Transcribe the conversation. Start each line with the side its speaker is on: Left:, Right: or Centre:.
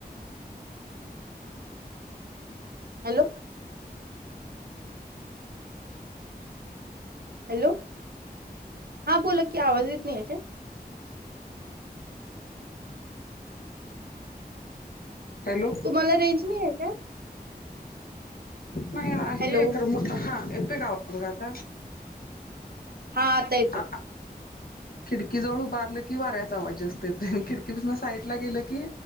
Right: hello hello हा बोला कि आवाज इत आहे का
Left: हॅलो
Right: मला रेंज नाही आहे का
Left: नाही आहे
Right: हॅलो
Left: खरं हा येतोय कावा बघा आता
Right: हा
Left: अ
Right: <unintelligible>
Left: खिडकीजवळ उभारलं की वाऱ्याचा आवाजी असत येत आणि खिडकीपासून साईड ला गेलं की